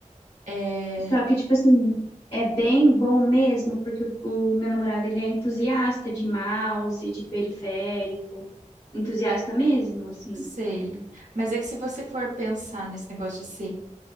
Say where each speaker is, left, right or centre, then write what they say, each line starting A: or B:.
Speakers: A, on the right (about 65°); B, on the left (about 50°).
A: É,
B: Só que, tipo assim, é bem bom mesmo, porque o, o meu namorado, ele é entusiasta de mouse, de periférico. entusiasta mesmo, assim.
A: sei. Mas é que se você for pensar nesse negócio de ser